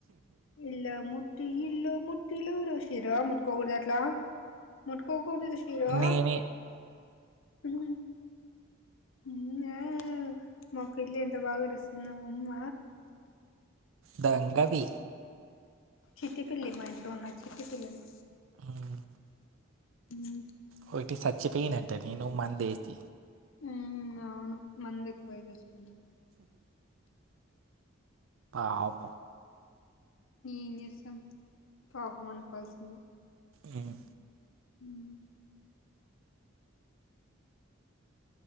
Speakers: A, on the left; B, on the right.
A: ఇల్ల ము ట్టి ఇల్లు ముట్టిలూరు శిరో ముట్టుకోకూడదట్లా ముట్టుకోకూడదు శిరో.
B: నేనే
A: మ. మ్ మ్యా మా పిల్లి ఎంత బాగా అరుస్తుందో ఉమ్మ
B: దొంగది
A: చిట్టి పిల్లి మా ఇంట్లో ఉన్నది చిట్టి పిల్లలు
B: ఉమ్,
A: మ్
B: ఒకటి సచ్చిపోయినంటనే నువ్వు మందేసి.
A: మ్ అవును మందు ఎక్కువై సచ్చిపోయింది అది.
B: పాపం
A: ఏం చేస్తాం పాపం అనుకోవాల్సిందే.
B: మ్
A: మ్